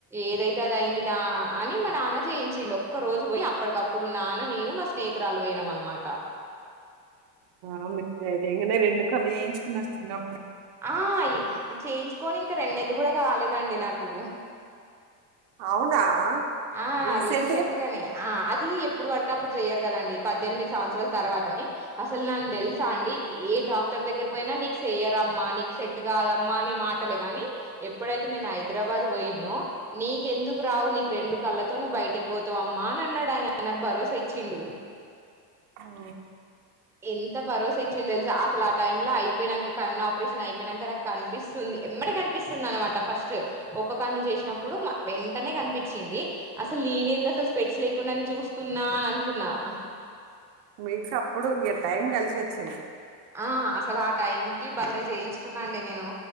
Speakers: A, in the centre; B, on the right (about 55°).
A: ఏదైతే అది అయిందిడా అని మా నాన్న జేయించిండు ఒ ఓక్క రోజు పోయ్ అప్పడ్కప్పుడు నాన్న నేను మా స్నేహితురాలు పోయినాం అనమాట
B: ఆ మీరు ధైర్యంగానే రెండు కళ్ళు చేయించుకున్న చిన్నప్పుడు
A: ఆ ఈ ఇ చేయించుకొని ఇంక రెండు్నేల్లు గుడ కాలేదండి నాకు
B: అవునా
A: ఆ
B: రీసెంట్‌గానే?
A: రీసెంట్ గనే ఆ అది ఎప్ ఎప్పుడు వడ్తే అప్పుడ్ చెయ్యర్ కదండి పద్దెన్మిది సంవత్సరాల్ తర్వాతనే అసల్ నాన్ తెల్సా అండి ఏ డాక్టర్ ఎవరి దగ్గర్కు పోయిన నీక్ సేయరమ్మా నీక్ సెట్ట్ కాదమ్మా అని మాటలే గానీ ఎప్పుడైతే నేను హైదరాబాద్ పోయిన్నో నీకేందుకు రావు నీక్ రెండు కళ్ళతో నువ్ బయటిక్ పోతవఅమ్మా అని అన్నాడ్ ఆయన నాకు భరోసా ఇచ్చిండు
B: అవ్వు
A: ఎంత భరోసా ఇ చ్చిండ్ తెల్సా అసల్ ఆ టైంల అయ్పోయ్నంక కన్నాపరేషన్ అయ్పోయ్నంక నాకన్పిస్తుంది ఎమ్మటె కన్పిస్తుంది అనమా ట ఫస్టు ఒక్క కన్ను చేష్నప్పుడు మ వెంటనె కన్పించింది అసల్ నేనెంద్ అసలు స్పెట్స్ లే కుండానే చూస్తున్నా అని అన్కున్నా హ్
B: మీక్ అప్పుడు ఇగ టైం గలిసొచ్చింది
A: ఆ అసల్ ఆ టైం కి బలె చేయించుకున్న అండి నేను